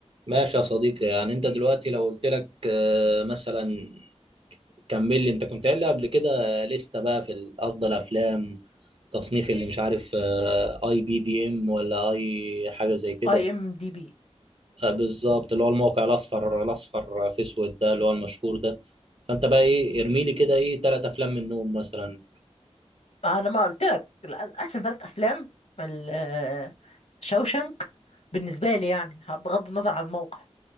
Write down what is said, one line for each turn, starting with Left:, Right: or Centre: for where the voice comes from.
Right: ماشي يا صديقي يعني انت دلوقتي لو قلت لك آه، مثلا كمل لي انت كنت قايل لي قبل كده لستة بقى في افضل افلام تصنيف اللي مش عارف آه، اي بي دي ام ولا اي حاجه زي كده
Left: اي ام دي بي
Right: آه، بالظبط اللي هو الموقع الاصفر الاصفر في اسود ده اللي هو المشهور ده فانت بقى ايه ارمي لي كده ايه ثلاث افلام منهم مثلا
Left: انا ما قلت لك احسن ثلاث افلام ال- شوشنك بالنسبه لي يعني بغض النظر عن الموقع